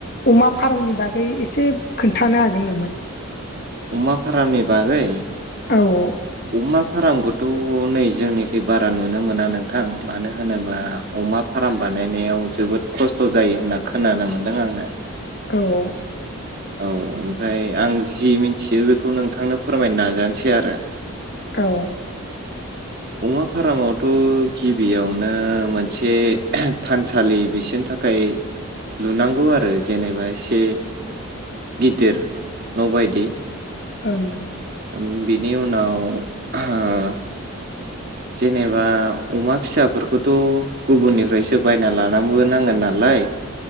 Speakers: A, on the left; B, on the right.
A: अमा फार्मनि बागै एसे खोन्थानो हागोन नामा?
B: अमा फारामनि बागै
A: औ
B: अमा फार्मखौथ' नै जोंनिखि बारा नुनो मोना नोंथां मानो हो होनोबा अमा फार्म बानायनायाव जोबोद खस्थ' जायो होनना खोनानो मोन्दों आङो
A: औ
B: औ ओमफ्राय आं जि मिथियो बेखौ नोंथांनो फोरमायनो नाजानोसै आरो
A: औ
B: <inaudible> अमा फारामावथ' गिबियावनो मोनसे थानसालि बिसोरनि था खाय लुनांगौ आरो जेनेबा एसे गिदिर न' बायदि
A: ओं
B: उम बिनि उनाव ओ जेनेबा अमा फिसाफोरखौथ' गुबुननिफ्रायसो बायना लानाबोनांगोन नालाय